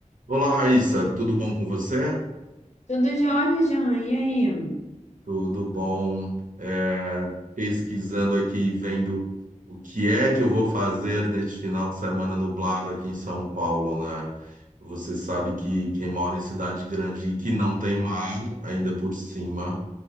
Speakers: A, on the right (about 80°); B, on the left (about 60°).
A: Olá, Raíssa, tudo bom com você?
B: Tudo jóia, Jean. E aí?
A: Tudo bom? É, pesquisando aqui e vendo o que é que eu vou fazer neste final de semana nublado aqui em São Paulo, né? Você sabe que quem mora em cidade grande e que não tem mar, ainda por cima,